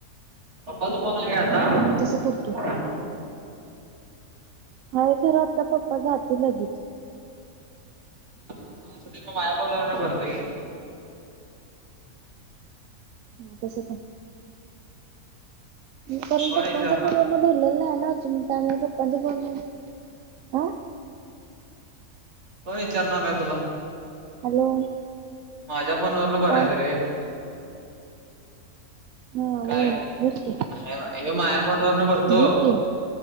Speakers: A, on the right; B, on the right.
A: पप्पचा फोन आहे का आता.
B: तसं करतो हाय खरं आता पप्पा जातील लगेच.
A: असं ते मग माया पनवरण भरत की.
B: हा तस का करणपट
A: कोण विचारणार
B: मा फोन जम टय प <unintelligible>
A: कोण विचारणार आहे तुला.
B: हॅलो.
A: माझ्या फोनवरला भरायचं
B: काय
A: रे.
B: हा होय
A: काय
B: भर की
A: अरे हे माया पोन वर न भरतो.
B: भर की